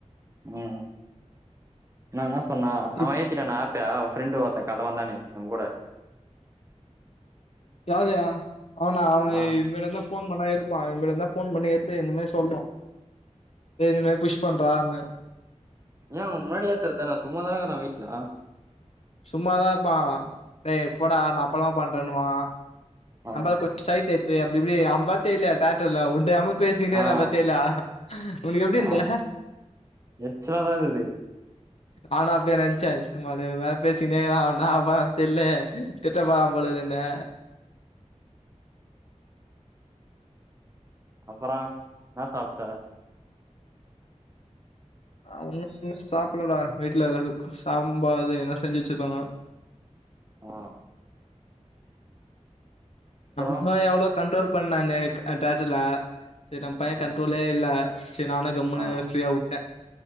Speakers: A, on the right; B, on the left.
A: உம் நா பண்ணா
B: இப்
A: அவேன் ஏத்திட்டானா ஆப் ப அவேன் ஃப்ரெண்டு ஒருத்தே காலைல வந்தானே நம்ம கூட
B: யாருயா அவனா அவேன்
A: ஆ
B: இவன்ட்டருந்த ஃபோன் பண்ணா எடுப்பா இல்லனா ஃபோன் பண்ணி ஏத்து இந்த மாரி சொல்லுவோ ஏற்கனவே புஷ் பண்றானு
A: ஏன் அவேன் முன்னாடி ஏத்துரதுதானே சும்மா தானே இருக்கான் வீட்ல
B: சும்மாதாருப்பா ஏ போடா நா அப்பல்லா பண்றேன்னுவா
A: ஆ
B: நம்மாலு கொஞ்ச ஷை டைப்பு அப்டி இப்டி அவேன் பாத்தேல தேட்டர்ல <unintelligible> பேசினேருந்தா
A: ஆ
B: பாத்தேல உனக்கு எப்டி இருந்து
A: ஆ எரிச்சலாதா இருந்தது
B: நானு அப்டி தா நெனைச்சே ம்மால இவன் வேற பேசினே வர்றா என்னா ஆவப்போறானு தெர்ல திட்டப்போறாபொலக்குனு
A: அப்றோ என்னா சாப்ட்ட
B: அவனு இன்னு சாப்பிடலடா வீட்ல சாம்பாரு என்ன செஞ்சு வச்சிருப்பாங்க
A: ஆ அப்பறோ
B: நல்ல எவ்ளோ கண்ட்ரோல் பண்ணானு தேட்ருலா சேரி நம்ம பைய
A: ஆ
B: கண்ட்ரோலியே இல்ல சேரி நானு கம்முனு
A: ஆ
B: ஃப்ரீயா வுட்டே